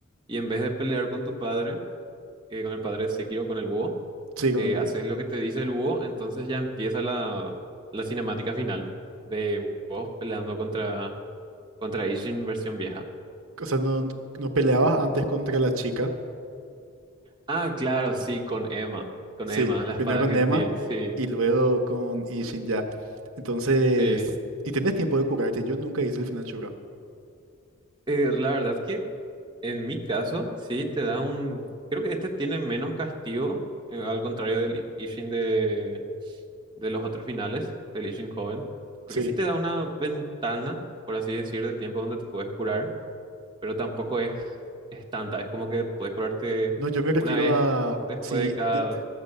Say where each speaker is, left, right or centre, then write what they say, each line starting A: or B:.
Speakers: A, on the right (about 20°); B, on the right (about 80°).
A: y en vez de pelear con tu padre, eh, con el padre de Sekiro, con el búho,
B: sí, con
A: eh,
B: el búho.
A: haces lo que te dice el búho, entonces ya empieza la, la cinemática final de vos peleando contra, contra Ishin versión vieja.
B: O sea, no, no peleabas antes contra la chica.
A: Ah, claro, sí, con Emma, con
B: Sí,
A: Emma, la
B: primero
A: espada
B: con
A: gentil,
B: Emma
A: sí,
B: y luego con Ishin ya. Entonces,
A: sí.
B: y tenés tiempo de curarte. Yo nunca hice el final Shura.
A: Eh, la verdad que en mi caso, sí, te da un... Creo que este tiene menos castigo, eh, al contrario del Ishin de, de los otros finales, del Ishin joven, porque
B: Sí.
A: sí te da una ventana, por así decir, de tiempo donde te puedes curar. pero tampoco es, es tanta. Es como que puedes curarte
B: No, yo me refiero
A: una vez
B: a
A: después
B: si
A: de cada,
B: de-